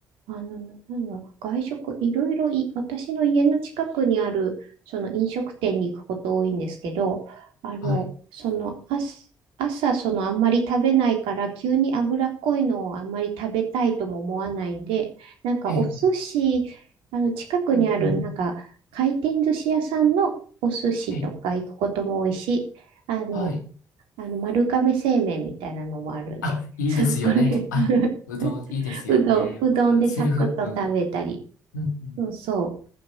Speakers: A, on the right; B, on the left.
A: あの、なんだろう、外食いろいろい、私の家の近くにある、その飲食店に行くこと多いんですけど、あの、
B: はい。
A: その、朝、朝、そのあんまり食べないから、急に脂っこいのをあんまり食べたいとも思わないんで、なんかお寿司、
B: ええ、ええ
A: あの、近くにある、
B: うんうん、
A: なんか、回転寿司屋さんのお寿司とか行くことも多いし、
B: ええ、
A: あの、
B: はい。
A: あの丸亀製麺みたいなのもあるんで、
B: あ、いいですよね。
A: そこで
B: あ、
A: <laughs>
B: うどんいいですよね。
A: うどん、うどんでサクッと食べたり。
B: わかる。セルフ、うん。うん
A: そうそ